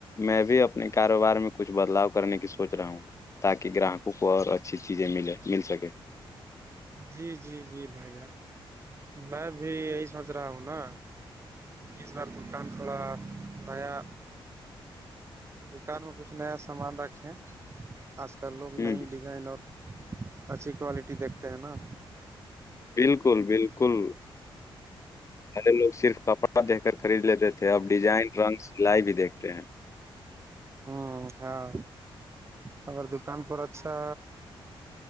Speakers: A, on the left; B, on the right.
A: میں بھی اپ اپنے کاروبار میں کچھ بدلاؤ کرنے کی سوچ رہا ہوں تاکہ گراہکوں کو اور اچھی چیزیں ملے مل سکے
B: جی جی جی بھائی میں بھی یہی سوچ رہا ہوں نا اسس بار دوٹان تھوڑا دیا دکان میں کچھ نیا سامان رکھے آج کل لوگ نئی
A: ہ
B: ل ڈیزائن اور اچھی کوالٹی دیکھتے ہیں نا
A: بالکل بالکل پلے لوگ صرف کپڑا دیکھ کر خرید لیتے تھے اب ڈیزائن رنگ سلائی بھی دیکھتے ہیں
B: ہ ہاں اورگر دکان پر اچھا